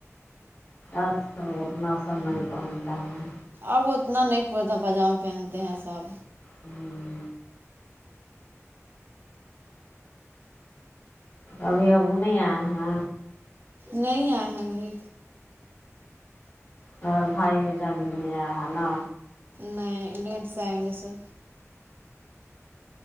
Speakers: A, on the left; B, on the right.
A: آج کل اتنا سب نہیں پہنتا ہے
B: اب اتنا نہیں کرتا پائجامہ پہنتے ہیں سب
A: ہوں ابھی ابو نہیں آئے ہ
B: نہیں آئے ابھی
A: ہاں بھائی جان بھی نہیں ائے ہے نا
B: نہیں لیٹ سے آئیں گے سر